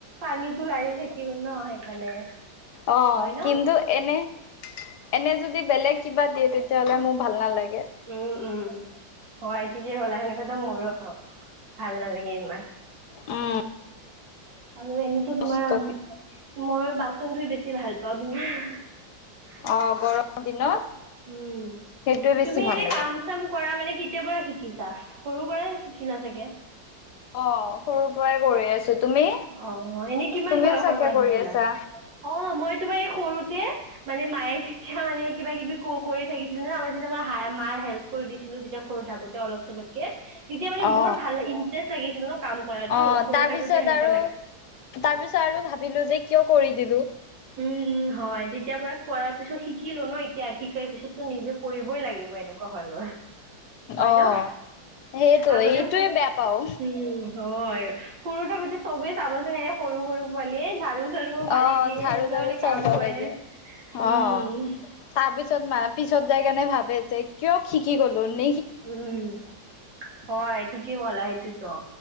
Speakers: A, on the right; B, on the left.
A: পানীতো লাগি থাকিল ন সেইকাৰণে।
B: অ
A: হয় ন
B: কিন্তু এনে এনে যদি বেলেগ কিবা দিয়ে তেতিয়াহলে মোৰ ভাল নালাগে।
A: উম উম হয় ঠিকেই কলা সেনেকুৱাটো মোৰো ভাল নালাগে ইমান।
B: উম
A: আৰু এনেইতো
B: কষ্টকে
A: তোমাৰ মই বাচন ধুই বেছি ভাল পাওঁ কিন্তু -
B: অ গৰম দিনত।
A: উম
B: সেইটোৱে বেছি
A: তুমি
B: ভাল
A: এনে
B: লাগে
A: কাম চাম কৰা মানে কেতিয়া পৰা শিকিছা সৰু পৰাই শিকিলা চাগে!
B: অ সৰুৰ পৰাই কৰি আছো। তুমি
A: অ এনেই কিমান
B: তুমিও
A: বয়সৰ
B: চাগে
A: পৰা
B: কৰি
A: শিকিলা
B: আছা
A: অ মই তোমাৰ সৰুতে মানে মায়ে যেতিয়া মানে কিবা কিবি কো কৰি থাকিছে- ন আমি যেতিয়া আমাৰ মাৰ হেল্প কৰি দিছিলো তেতিয়া সৰু থাকোতে অলপ চলপকে তেতিয়া মানে
B: অ
A: বৰ ভাল ইণ্টাৰেষ্ট লাগিছিল ন কাম কৰাতো
B: অ
A: সৰু
B: তাৰপিছত
A: থাকোতে সেনেকে -
B: আৰু তাৰ পিছত আৰু ভাবিলো যে কিয় কৰি দিলোঁ।
A: উম'-উম', হয়। তেতিয়াৰ পৰা কৰাৰ পিছত শ শিকিলো এতিয়া শিকাৰ পিছতো নিজে কৰিবই লাগিব এনেকুৱা হয় গল। হয়
B: অ
A: ন?
B: সেইটো
A: আগতেও
B: এইটোৱে
A: উম
B: বেয়া পাও
A: হয় সৰু থাকোতে চবেই চাবা চোন সৰু-সৰু পোৱালীয়ে ঝাৰু চৰু মাৰি
B: অ
A: দিয়ে
B: ঝাৰু
A: এনেকুৱা
B: ঝাৰু
A: মানে
B: চব
A: কাম
B: লগাই
A: কৰে
B: দিয়ে অ',
A: উম
B: তাৰ পিছত ম পিছত যাই কাৰণে ভাব কিয় শিকি গলো ন
A: উম', হয়। ঠিকেই ক'লা সেইটো